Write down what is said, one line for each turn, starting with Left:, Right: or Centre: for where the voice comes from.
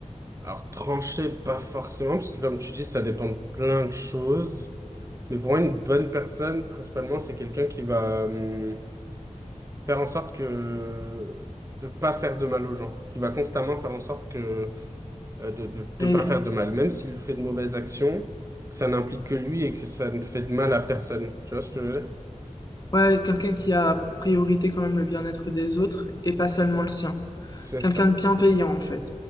Right: alors trancher, pas forcément, parce que comme tu dis, ça dépend de plein de choses. Mais pour moi, une bonne personne, principalement, c'est quelqu'un qui va hum, faire en sorte que de pas faire de mal aux gens, qui va constamment faire en sorte que euh, de, de, de
Left: Mais,
Right: pas faire de mal, même s'il fait de mauvaises actions, que ça n'implique que lui et que ça ne fait de mal à personne. Tu vois ce que je veux dire?
Left: ouais, quelqu'un qui a pour priorité quand même le bien-être des autres et pas seulement le sien.
Right: C'est
Left: Quelqu'un
Right: ça.
Left: de bienveillant, en fait.